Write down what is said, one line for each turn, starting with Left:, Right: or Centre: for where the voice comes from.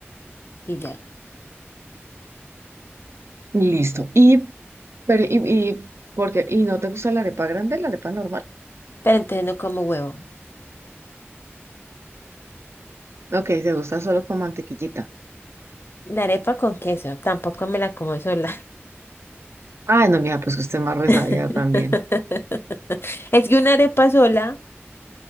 Left: y ya.
Right: Listo. Y, pero, y, y, porque, ¿y no te gusta la arepa grande, la arepa normal?
Left: Pero entonces no como huevo.
Right: Ok, te gusta solo con mantequillita.
Left: La arepa con queso, tampoco me la como sola.
Right: Ah, no, mira, pues usted más resabía
Left: <laughs>
Right: también.
Left: Es que una arepa sola,